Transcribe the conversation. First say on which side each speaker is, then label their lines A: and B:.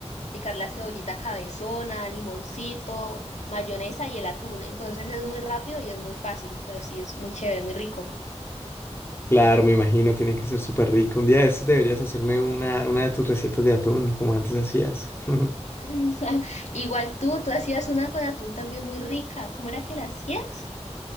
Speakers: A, on the left; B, on the left.
A: picar la cebollita cabezona, limoncito, mayonesa y el atún. Entonces es muy rápido y es muy fácil, pero sí es muy chévere, muy rico.
B: Claro, me imagino, tiene que ser súper rico. Un día de estos deberías hacerme una, una de tus recetas de atún, como antes hacías. <laughs>
A: <laughs> Igual tú, tú hacías una con atún también muy rica. ¿Cómo era que la hacías?